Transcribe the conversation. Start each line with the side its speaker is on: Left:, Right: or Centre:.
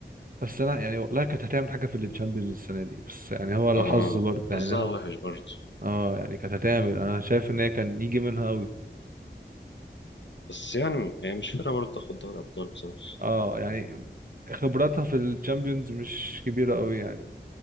Right: بس أنا يعني والله كانت هتعمل حاجة في التشامبيونز السنة دي بس يعني هو الحظ
Left: اه
Right: برضه
Left: حظها
Right: يعني أنا
Left: وحش برضه
Right: اه يعني كانت هتعمل أنا شايف إن هي كان يجي منها أوي
Left: بس يعني يعني مش فارقة برضه تاخد دوري أبطال بصراحة
Right: اه يعني خبراتها في الشامبيونز مش كبيرة أوي يعني